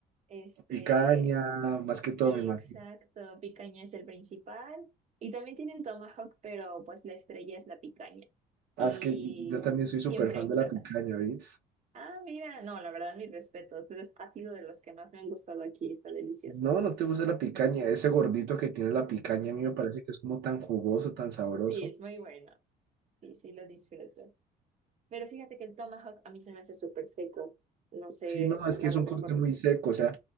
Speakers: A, on the right (about 40°); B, on the right (about 75°).
A: Este,
B: Picaña, más que todo,
A: sí,
B: me imagino.
A: exacto, picaña es el principal. Y también tienen tomahawk, pero pues la estrella es la picaña.
B: Ah,
A: Y
B: es que yo también soy súper
A: siempre
B: fan
A: hay
B: de
A: pruebas.
B: la picaña, ¿ves?
A: Ah, mira, no, la verdad, mis respetos. Es- ha sido de los que más me han gustado aquí, está delicioso.
B: No, no te gusta la picaña, ese gordito que tiene la picaña a mí me parece que es como tan jugoso, tan sabroso.
A: Sí, es muy bueno. Sí, sí, lo disfruto. Pero fíjate que el tomahawk a mí se me hace súper seco. No sé,
B: Sí, no, es que
A: a
B: es
A: lo
B: un
A: mejor,
B: corte muy seco, o sea,